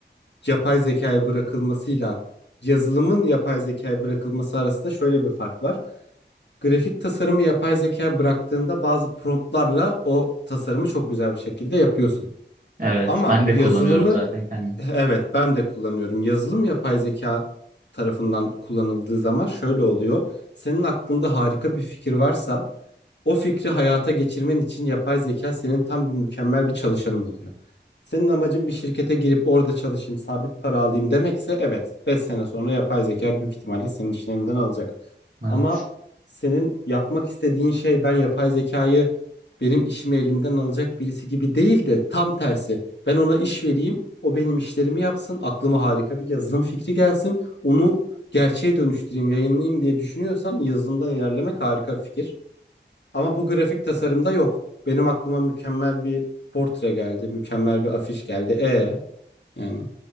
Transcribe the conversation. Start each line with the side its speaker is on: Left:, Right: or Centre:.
Left: yapay zekaya bırakılmasıyla yazılımın yapay zekaya bırakılması arasında şöyle bir fark var. Grafik tasarımı yapay zeka bıraktığında bazı promptlarla o tasarımı çok güzel bir şekilde yapıyorsun.
Right: Evet,
Left: Ama
Right: ben
Left: yazılımı
Right: de kullanıyorum zaten kendim.
Left: evet ben de kullanıyorum. Yazılım yapay zeka tarafından kullanıldığı zaman şöyle oluyor. Senin aklında harika bir fikir varsa o fikri hayata geçirmen için yapay zeka senin tam bir mükemmel bir çalışanın oluyor. Senin amacın bir şirkete girip orada çalışayım, sabit para alayım demekse evet 5 sene sonra yapay zeka büyük ihtimalle senin işin elinden alacak.
Right: Evet.
Left: Ama senin yapmak istediğin şey ben yapay zekayı benim işimi elimden alacak birisi gibi değil de tam tersi. Ben ona iş vereyim. O benim işlerimi yapsın. Aklıma harika bir yazılım fikri gelsin. Onu gerçeğe dönüştüreyim, yayınlayayım diye düşünüyorsan yazılımdan ilerlemek harika bir fikir. Ama bu grafik tasarımda yok. Benim aklıma mükemmel bir portre geldi, mükemmel bir afiş geldi. E yani